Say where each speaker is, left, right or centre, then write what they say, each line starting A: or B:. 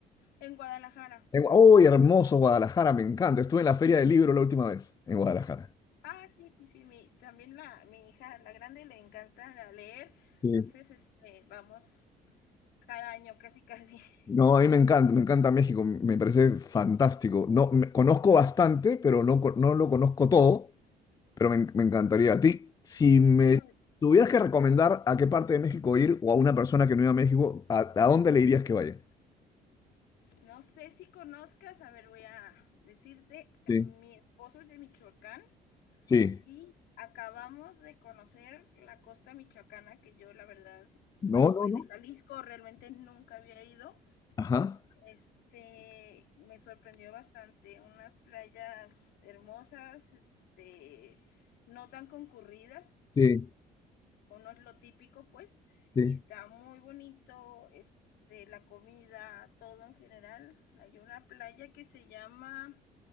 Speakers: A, on the left; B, on the left.
A: En Guadalajara.
B: En Gua- ¡Uy, hermoso Guadalajara! Me encanta. Estuve en la Feria del Libro la última vez en Guadalajara.
A: Ah, sí, sí, sí, mi, también la, mi hija, la grande, le encanta la leer,
B: Sí.
A: entonces, este, vamos cada año casi, casi. <laughs>
B: No, a mí me encanta, me encanta México, me parece fantástico. No, me- conozco bastante, pero no, co- no lo conozco todo, pero me, en- me encantaría. A ti, si me
A: No,
B: tuvieras que recomendar a qué parte de México ir o a una persona que no iba a México, ¿a, a dónde le dirías que vaya?
A: no sé si conozcas, a ver, voy a decirte,
B: Sí,
A: mi esposo es de Michoacán
B: sí.
A: y acabamos de conocer la costa michoacana, que yo la verdad,
B: No,
A: bueno, soy
B: no, no.
A: de Jalisco, realmente nunca había ido.
B: Ajá.
A: Este, me sorprendió bastante, unas playas hermosas, este, no tan concurridas,
B: Sí,
A: como no es lo típico, pues,
B: sí.
A: y está muy bonito, este, la comida, todo en general. Hay una playa que se llama